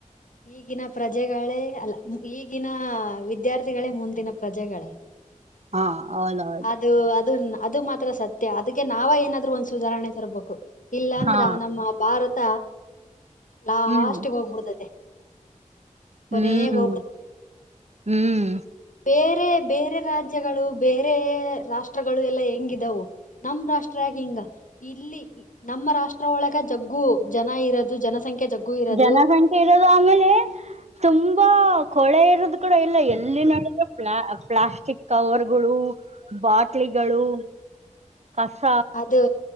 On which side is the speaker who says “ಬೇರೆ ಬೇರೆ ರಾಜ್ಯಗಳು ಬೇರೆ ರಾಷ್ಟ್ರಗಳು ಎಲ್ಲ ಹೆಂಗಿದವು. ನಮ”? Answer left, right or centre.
Left